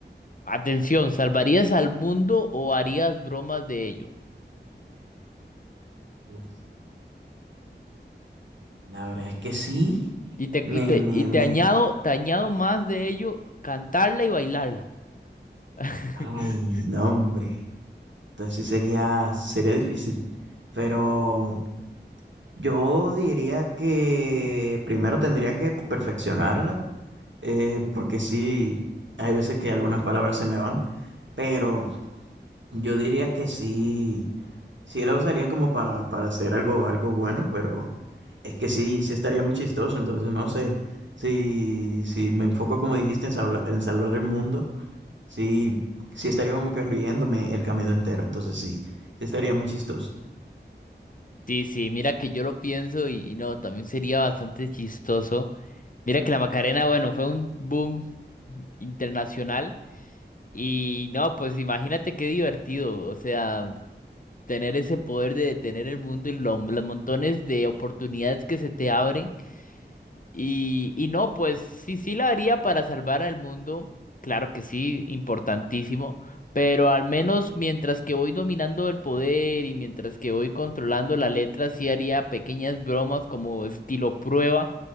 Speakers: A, on the left; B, on the right.
A: Atención, ¿salvarías al mundo o harías bromas de ello?
B: Uf, la verdad es que sí,
A: Y te,
B: me,
A: y te,
B: me,
A: y te
B: me,
A: añado, te añado más de ello, cantarla y bailarla. <laughs>
B: ay, no, hombre, entonces sí sería, sería difícil, pero yo diría que primero tendría que perfeccionarla, eh, porque sí, hay veces que algunas palabras se me van. Pero yo diría que sí, sí lo usaría como para, para hacer algo, algo bueno, pero es que sí, sí estaría muy chistoso, entonces no sé, si, si me enfoco como dijiste en, sabla- en salvar el mundo, sí, sí estaría como que riéndome el camino entero, entonces sí, sí estaría muy chistoso,
A: Sí, sí, mira que yo lo pienso y, y no, también sería bastante chistoso. Mira que la Macarena, bueno, fue un boom internacional y no, pues imagínate qué divertido, o sea, tener ese poder de detener el mundo y lo- los montones de oportunidades que se te abren. Y, y no, pues sí, sí la haría para salvar al mundo, claro que sí, importantísimo, pero al menos mientras que voy dominando el poder y mientras que voy controlando la letra, sí haría pequeñas bromas como estilo prueba